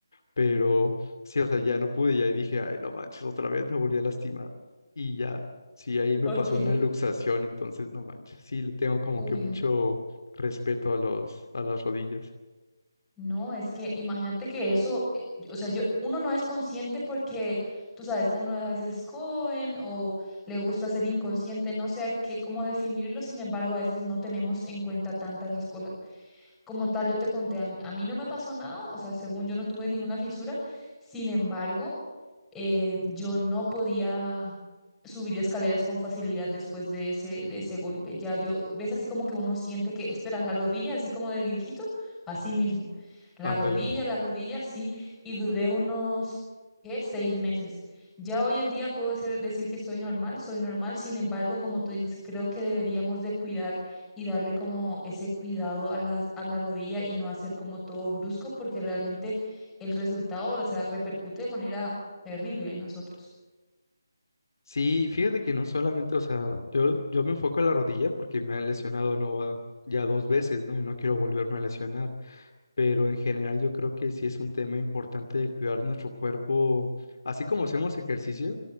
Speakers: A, on the left; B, in the centre.
A: pero sí, o sea, ya no pude, ya dije, ay, no manches, otra vez me volví a lastimar. Y ya, sí, ahí me
B: Ok.
A: pasó una luxación, entonces, no manches, sí, le tengo como
B: Uy,
A: que mucho respeto a los, a las rodillas.
B: no, es que imagínate que eso, eh, yo- o sea, yo, uno no es consciente porque, tú sabes, uno a veces es joven o le gusta ser inconsciente, no sé qué, cómo definirlo, sin embargo, a veces no tenemos en cuenta tantas esas cosas. Como tal, yo te conté, a mí, a mí no me pasó nada, o sea, según yo no tuve ninguna fisura. Sin embargo, eh, yo no podía subir escaleras con facilidad después de ese, de ese golpe. Ya yo, ves así como que uno siente que, espera, la rodilla, así como de viejito, así mismo. La
A: Ándale.
B: rodilla, la rodilla, sí, y duré unos, ¿qué? Seis meses. Ya hoy en día puedo ser- decir que estoy normal, soy normal, sin embargo, como tú dices, creo que deberíamos de cuidar y darle como ese cuidado a la a la rodilla y no hacer como todo brusco, porque realmente el resultado, o sea, repercute de manera terrible en nosotros.
A: Sí, fíjate que no solamente, o sea, yo, yo me enfoco en la rodilla porque me han lesionado no va ya dos veces, ¿no? Y no quiero volverme a lesionar. Pero en general yo creo que sí es un tema importante de cuidar nuestro cuerpo, así como hacemos ejercicio